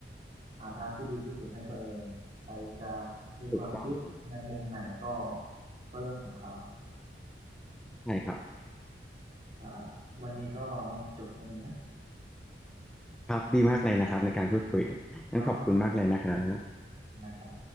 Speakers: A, on the right; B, in the centre.
A: หาทางที่ดีที่สุดให้ตัวเองใครจะมีความคิดในมุมไหนก็
B: ถูกต้องครับ
A: ก็เรื่องของเขา
B: ใช่ครับ
A: อ่าวันนี้ก็น่าจะจบแค่นี้นะ
B: ครับดีมากเลยนะครับในการพูดคุยงั้นขอบคุณมากเลยนะครับ
A: อ๋อขอบคุณนะครับ